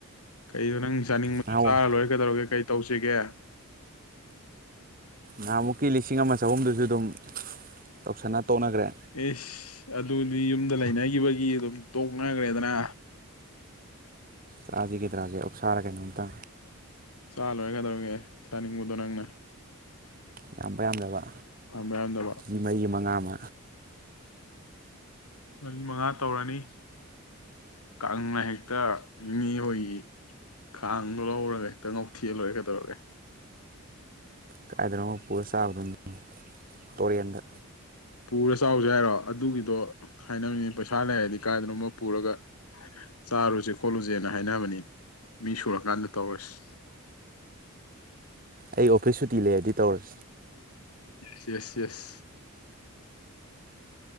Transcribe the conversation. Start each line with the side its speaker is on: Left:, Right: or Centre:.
Left: ꯀꯩ ꯔꯪ ꯆꯥꯅꯤꯡꯕ
Right: ꯅꯍꯥꯟ
Left: ꯆꯥ ꯂꯣꯏꯔꯒꯗꯧꯔꯒꯦ ꯀꯩ ꯇꯧꯁꯤꯦ ꯆꯒꯦ
Right: ꯅꯍꯥꯟꯃꯨꯛꯀꯤ ꯂꯤꯁꯤꯡ ꯑꯃ ꯆꯍꯨꯝꯗꯨꯁꯨ ꯑꯗꯨꯝ ꯇꯧꯁꯟꯅ ꯇꯣꯛꯅꯈ꯭ꯔꯦ
Left: ꯏꯁ ꯑꯗꯨ ꯑꯗꯨꯗꯤ ꯌꯨꯝꯗ ꯂꯩꯅꯈꯤꯕꯒꯤ ꯑꯗꯨꯝ ꯇꯣꯛꯅꯈ꯭ꯔꯦꯗꯅ
Right: ꯆꯥꯁꯤꯀꯩꯗꯧꯔꯒꯦ ꯑꯣꯛꯁꯥꯔ ꯀꯩꯅꯣꯝꯇ
Left: ꯆꯥ ꯂꯣꯏꯔꯦꯀꯩꯗꯧꯔꯒꯦ ꯆꯥꯅꯤꯡꯕꯗꯣ ꯅꯪꯅ
Right: ꯌꯥꯝꯕ ꯌꯥꯝꯗꯕ
Left: ꯄꯥꯝꯕ ꯌꯥꯔꯝꯗꯕ
Right: ꯃꯤ ꯃꯔꯤ ꯃꯉꯥ ꯑꯃ
Left: ꯃꯔꯤ ꯃꯉꯥ ꯇꯧꯔꯅꯤ ꯀꯥꯪ ꯅ ꯍꯦꯛꯇ ꯅꯦꯅꯦ ꯍꯣꯏꯒꯤ ꯈꯥꯡꯗꯣ ꯂꯧꯔꯒ ꯍꯦꯛꯇ ꯉꯧꯊꯦꯛ ꯂꯣꯏꯔꯦꯀꯩꯗꯧꯔꯒꯦ
Right: ꯀꯥꯏꯗꯅ ꯑꯃꯨꯛ ꯄꯨꯔ ꯆꯥꯕꯗꯨꯅꯤ ꯇꯣꯔꯦꯟꯗ
Left: ꯄꯨꯔ ꯆꯥꯎꯁꯨ ꯍꯥꯏꯔꯣ ꯑꯗꯨꯒꯤꯗꯣ ꯍꯥꯏꯅꯕꯅꯤ ꯄꯩꯁꯥ ꯂꯩꯔꯗꯤ ꯀꯥꯏꯗꯅꯣꯃ ꯄꯨꯔꯒ ꯆꯥꯔꯨꯁꯦ ꯈꯣꯠꯂꯨꯁꯦꯅ ꯍꯥꯏꯅꯕꯅꯤ ꯃꯤ ꯁꯨꯔꯀꯥꯟꯗ ꯇꯧꯔꯁꯤ
Right: ꯑꯩ ꯑꯣꯐꯤꯁ ꯁꯨꯇꯤ ꯂꯩꯔꯗꯤ ꯇꯧꯔꯁꯦ
Left: yes yes yes